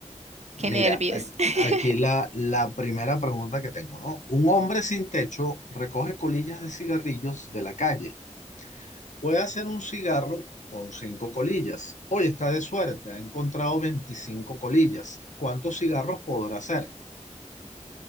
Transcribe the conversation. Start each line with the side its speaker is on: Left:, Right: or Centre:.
Right: qué
Left: Mira,
Right: nervios.
Left: a-
Right: <laughs>
Left: aquí la, la primera pregunta que tengo, ¿no? Un hombre sin techo recoge colillas de cigarrillos de la calle. Puede hacer un cigarro con cinco colillas. Hoy está de suerte, ha encontrado 25 colillas. ¿Cuántos cigarros podrá hacer?